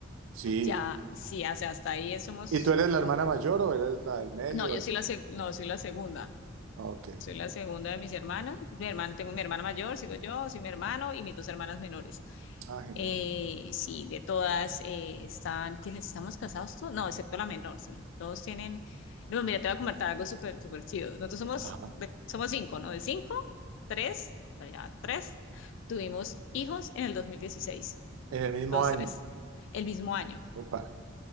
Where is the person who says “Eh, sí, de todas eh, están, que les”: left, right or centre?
Left